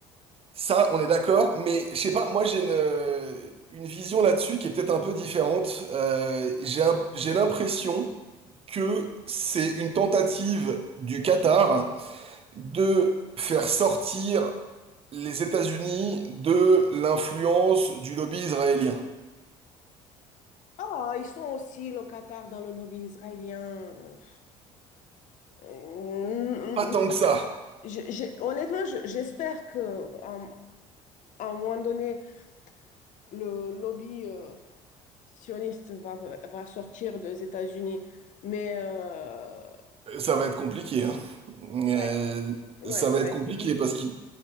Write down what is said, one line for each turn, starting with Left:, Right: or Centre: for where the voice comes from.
Right: Ça, on est d'accord, mais je sais pas, moi j'ai une, euh, une vision là-dessus qui est peut-être un peu différente. Euh, j'ai un- j'ai l'impression que c'est une tentative du Qatar de faire sortir les États-Unis de l'influence du lobby israélien.
Left: Ah, ils sont aussi locataires dans le lobby israélien. Euh,
Right: Pas tant
Left: euh,
Right: que ça.
Left: je- je- honnêtement, je- j'espère que à, à un moment donné, le lobby euh, sioniste va, va sortir des États-Unis. Mais euh,
Right: Ça va être compliqué, hein. Euh,
Left: ouais, Ouais,
Right: ça
Left: ça
Right: va
Left: va
Right: être
Left: être
Right: compliqué
Left: très compliqué.
Right: parce qu'ils